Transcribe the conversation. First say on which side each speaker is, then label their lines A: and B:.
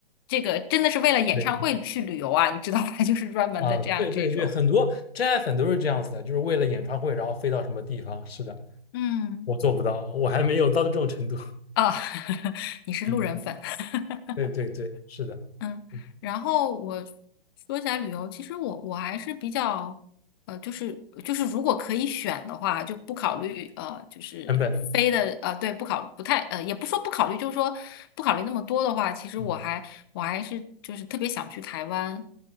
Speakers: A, on the left (about 25°); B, on the left (about 80°).
A: 这个真的是为了演唱会去旅游啊，
B: 对
A: 你知道吧？<laughs> 就是专门的这样这种，
B: 啊，对对对，很多真爱粉都是这样子的，就是为了演唱会然后飞到什么地方。是的，
A: 嗯，
B: 我做不到，我还没有到这种程度。<laughs>
A: 啊、<laughs> 你是路人粉。
B: 嗯，
A: <laughs>
B: 对对对，是的，
A: 嗯，
B: 嗯
A: 然后我说起来旅游，其实我我还是比较，呃，就是就是如果可以选的话，就不考虑呃，就是飞的呃，
B: 成本。
A: 对，不考不太呃，也不说不考虑，就是说不考虑那么多的话，其实我还我还是就是特别想去台湾。
B: 嗯，